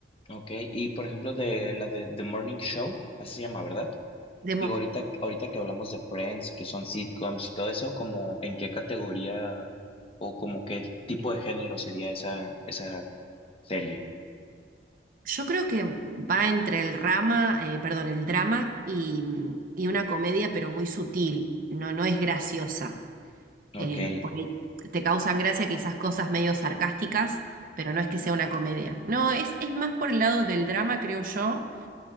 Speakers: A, on the left; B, on the right.
A: Ok, y por ejemplo de la de The Morning Show, así se llama, ¿verdad?
B: De mo-
A: Digo, ahorita, ahorita que hablamos de Friends, que son sitcoms y todo eso, como en qué categoría o como qué tipo de género sería esa, esa serie.
B: yo creo que va entre el rama, eh, perdón, el drama y, y una comedia, pero muy sutil, no, no es graciosa.
A: Ok.
B: Eh, por ahí te causan gracia quizás cosas medio sarcásticas, pero no es que sea una comedia. No, es, es más por el lado del drama, creo yo